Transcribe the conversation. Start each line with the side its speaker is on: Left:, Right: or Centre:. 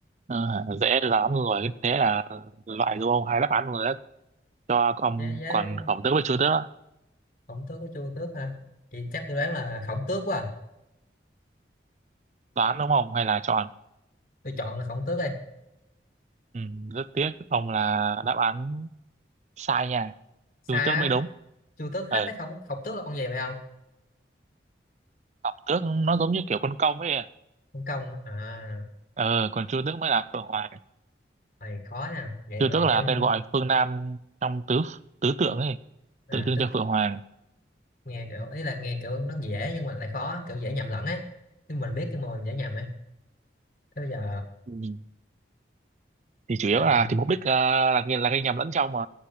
Right: Ờ, dễ lắm rồi thế là loại đúng không hai đáp án rồi đấy cho ông
Left: với, với
Right: còn Khổng tước với Chu tước á.
Left: khổng tước với chu tước hả thì chắc tôi đoán là khổng tước quá à.
Right: đoán đúng không hay là chọn
Left: tôi chọn là khổng tước đi
Right: ừ, rất tiếc ông là đáp án sai nha
Left: sai
Right: Chu tước
Left: á
Right: mới đúng
Left: chu tước
Right: ừ,
Left: hết thấy khổng khổng tước là con gì vậy không
Right: Khổng tước nó giống như kiểu con công ấy
Left: con công á. à
Right: ờ còn Chu tước mới là Phượng Hoàng
Left: này khó nha vậy
Right: chưa
Left: mà
Right: tức là
Left: kiểu
Right: tên gọi phương Nam trong tứ tứ tượng ấy
Left: à
Right: tượng trưng
Left: tước
Right: cho Phượng Hoàng
Left: nghe kiểu ý là nghe kiểu nó dễ nhưng mà lại khó kiểu dễ nhầm lẫn ấy nhưng mình biết nhưng mà mình dễ nhầm ấy thế bây giờ
Right: Ừ. thì chủ yếu
Left: à,
Right: là thì mục đích ờ, là là gây nhầm lẫn trong mà